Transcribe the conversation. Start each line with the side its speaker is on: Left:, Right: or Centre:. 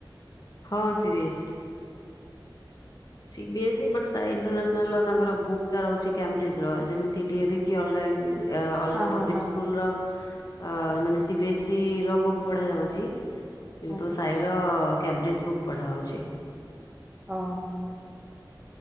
Left: ହଁ ସିବିଏସ୍ଇ। ସିବିଏସ୍ଇ ବଟ୍ ସାଇଇଣ୍ଟରନ୍ୟାସନାଲ୍ ତାଙ୍କର ବୁକ୍ ଟା ରହୁଛି କ୍ୟମ୍ବ୍ରିଜ ର ଯେମିତି ଡିଏଭି କି ଅଲଗାଇନ୍ ଅ ଅଲଗା
Right: ହଁ ହଁ
Left: ପବ୍ଲିକ୍
Right: ହଁ
Left: ସ୍କୁଲ ର ଅ ମାନେ ସିିବିଏସ୍ଇ ଟି ର ବୁକ୍ ପଢା ଯାଉଛି। କିନ୍ତୁ
Right: ହଁ ହଁ
Left: ସାଇର କ୍ୟାମ୍ବ୍ରିଜ୍ ବୁକ୍ ପଢ଼ାହଉଛି।
Right: ଅ ହୋ।